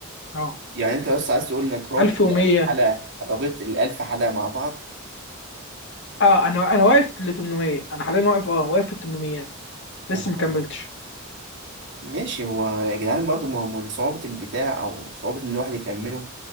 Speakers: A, on the left; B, on the right.
A: أه
B: يعني انت بس عايز تقول انك رابط
A: 1100
B: الالف حلقه رابط الالف حلقه مع بعض
A: أه أنا أنا واقف ل 800 أنا حاليا واقف أه واقف في ال 800
B: يا
A: لسه
B: نهار
A: ما كملتش
B: ابيض ماشي هو يا جدعان برضو ما هو من صعوبه البتاع او صعوبه ان الواحد يكمله